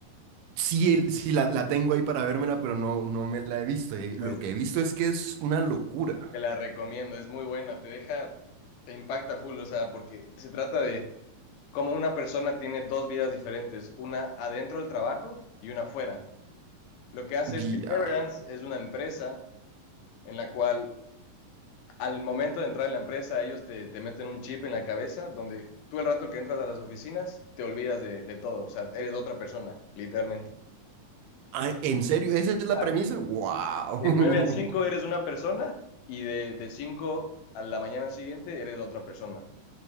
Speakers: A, on the right; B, on the left.
A: Sí, el- sí la, la tengo ahí para vérmela, pero no, no me la he visto. Eh,
B: Pues.
A: Lo que he visto es que es una locura.
B: Te la recomiendo, es muy buena, te deja, te impacta full, o sea, porque se trata de cómo una persona tiene dos vidas diferentes, una adentro del trabajo y una afuera Lo que hace
A: Diablo.
B: es que Severance es una empresa en la cual al momento de entrar en la empresa ellos te, te meten un chip en la cabeza donde tú el rato que entras a las oficinas te olvidas de, de todo, o sea, eres otra persona, literalmente.
A: Ah,
B: Entonces,
A: ¿En serio? ¿Esa es la
B: ah,
A: premisa? ¡Wow!
B: de
A: <laughs>
B: 9 a 5 eres una persona y de, de 5 a la mañana siguiente eres otra persona.